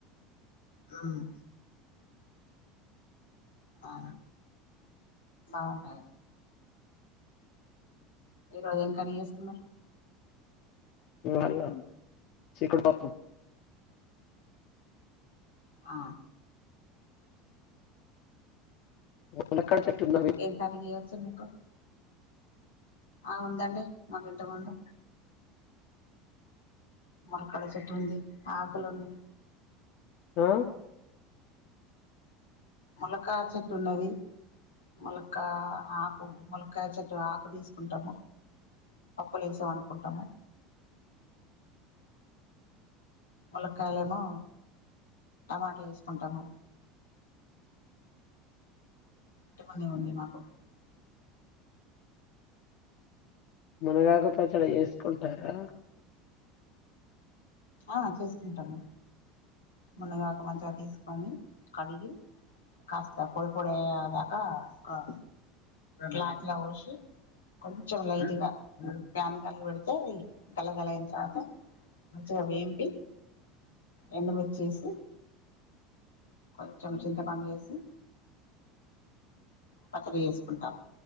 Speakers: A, on the left; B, on the left.
A: ఉమ్ హా ఆహా ఈరోజు ఏం కర్రీ చేస్తున్నారు
B: ఇవాళ చిక్కుడు పప్పు
A: ఆ
B: ములక్కాడ చెట్టు ఉందా
A: ఇంకా ఏం కర్రీ చేయొచ్చు మీకు ఆ ఉందండి మా పెద్దగుంది ముల్కలా చెట్టు ఉంది ఆకులు ఉంది
B: ఆ
A: మూలకాయ చేట్టు ఉన్నాది ములక్క ఆ ఆకు ముల్లకాయ చెట్టు ఆకు తీసుకుంటాము పప్పుల వేసి వండుకుంటాము ములక్కాయలేమో టమాటాలు వేసుకుంటాను ఉట్టి కునే ఉంది మాకు
B: మునగాకు పచ్చడి చెసుకుంటారా
A: ఆ చేసుకుంటాము మునగాకు మంచిగా తీసుకొని కడిగి కాస్త పొడి పొడి అయేదాకా క క్లాతలో వొషి కొంచెం లైట్గా ఫ్యాన్ గాలికి పెడితే గలగల అయిన తర్వాత మంచిగా వేంపి ఎండుమిర్చేసి కొంచెం చింతపండు ఎసి పచ్చడ చేసుకుంటాం